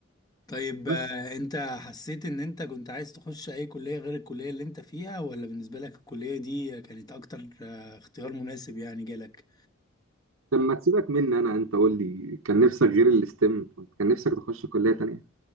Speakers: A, on the left; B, on the right.
A: طيب آه،
B: بس
A: انت حسيت ان انت كنت عايز تخش اي كلية غير الكلية اللي انت فيها ولا بالنسبة لك الكلية دي كانت اكتر آه، اختيار مناسب يعني جالك
B: لما تسيبك مني أنا أنت قول لي كان نفسك غير الاستم كنت كان نفسك تخش كلية تانية